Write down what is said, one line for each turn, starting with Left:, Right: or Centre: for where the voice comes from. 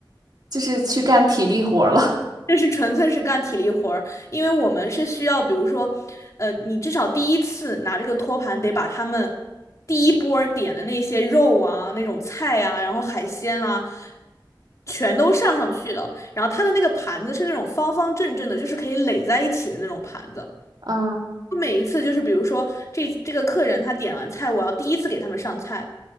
Right: 就是去干体力活儿了。
Left: 这是纯粹是干体力活儿，因为我们是需要，比如说，呃，你至少第一次拿这个托盘得把他们第一波儿点的那些肉啊、那种菜啊，然后海鲜啦、全都上上去的。然后它的那个盘子是那种方方正正的，就是可以垒在一起的那种盘子。
Right: 嗯，
Left: 我每一次就是比如说这这个客人他点完菜，我要第一次给他们上菜，